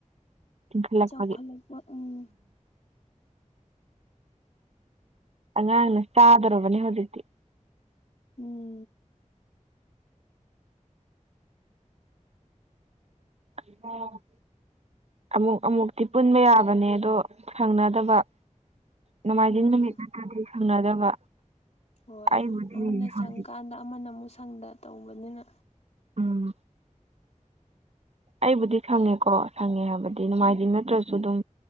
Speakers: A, on the right; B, on the left.
A: ꯏꯟꯈꯠꯂꯛꯄꯒꯤ
B: ꯆꯥꯎꯈꯜꯂꯛꯄ ꯎꯝ
A: ꯑꯉꯥꯡꯅ ꯆꯥꯗꯧꯔꯕꯅꯦ ꯍꯧꯖꯤꯛꯇꯤ
B: ꯎꯝ
A: ꯑ ꯑꯃꯨꯛ ꯑꯃꯨꯛꯇꯤ ꯄꯨꯟꯕ ꯌꯥꯕꯅꯦ ꯑꯗꯣ ꯁꯪꯅꯗꯕ ꯅꯣꯡꯃꯥꯏꯖꯤꯡ
B: ꯎꯝ
A: ꯅꯨꯃꯤꯠ ꯅꯠꯇ꯭ꯔꯗꯤ ꯁꯪꯅꯗꯕ
B: ꯍꯣꯏ
A: ꯑꯩꯕꯨꯗꯤ
B: ꯑꯃꯅ
A: ꯍꯧꯖꯤꯛ
B: ꯁꯪꯀꯥꯟꯗ ꯑꯃꯅ ꯑꯃꯨꯛ ꯁꯪꯗ ꯇꯧꯕꯅꯤꯅ
A: ꯎꯝ ꯑꯩꯕꯨꯗꯤ ꯈꯪꯉꯦꯀꯣ ꯁꯪꯉꯦ ꯍꯥꯏꯕꯗꯤ ꯅꯨꯡꯃꯥꯏꯖꯤꯡ ꯅꯠꯇ꯭ꯔꯁꯨ ꯑꯗꯨꯝ